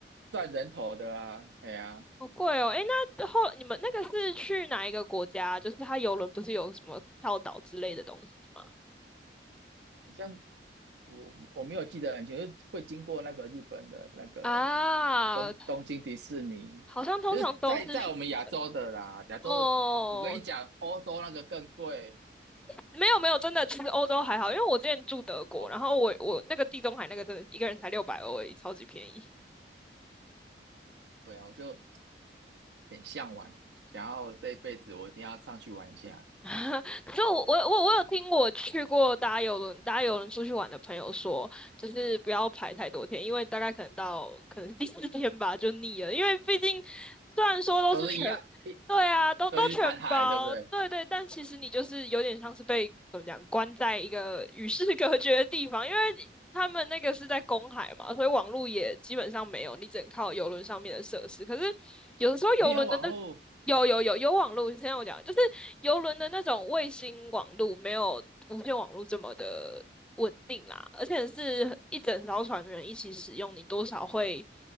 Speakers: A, on the right (about 75°); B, in the centre.
A: 算人头的啊。哎呀，
B: 好贵哦！诶，那后你们那个是去哪一个国家？就是它游轮不是有什么跳岛之类的东西吗？
A: 很像我我没有记得很清楚，就是会经过那个日本的那个
B: 啊，
A: 东东京迪士尼，
B: 好像通常都是去日本哦。
A: 就是在在我们亚洲的啦。亚洲的我跟你讲，
B: 哦
A: 欧洲那个更贵。
B: 没有没有，真的，其实欧洲还好，因为我之前住德国，
A: 哦，
B: 然后我我那个地中海那个真的一个人才六百欧而已，超级便宜。
A: 对啊，我就很向往，想要这一辈子我一定要上去玩一下，
B: <laughs> 就我我我我有听我去过搭邮轮搭邮轮出去玩的朋友说，就是不要排太多天，因为大概可能到可能第四天吧就腻了，因为毕竟虽然说都是全，
A: 都是一样，
B: 对啊，都都全包，
A: 都是看海，对不对？
B: 对对，但其实你就是有点像是被怎么讲关在一个与世隔绝的地方，因为他们那个是在公海嘛，所以网络也基本上没有，你只能靠邮轮上面的设施。可是有的时候邮轮的那
A: 没有网络，
B: 有有有有网络，现在我讲就是游轮的那种卫星网络，没有无线网络这么的稳定啦，而且是一整艘船的人一起使用，你多少会